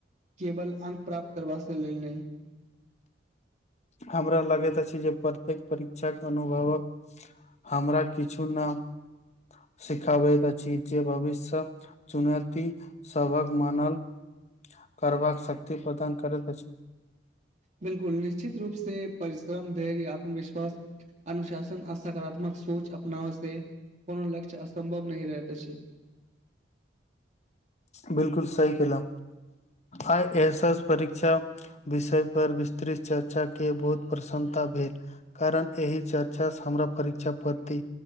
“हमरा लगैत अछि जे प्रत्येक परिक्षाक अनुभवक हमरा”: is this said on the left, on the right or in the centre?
Left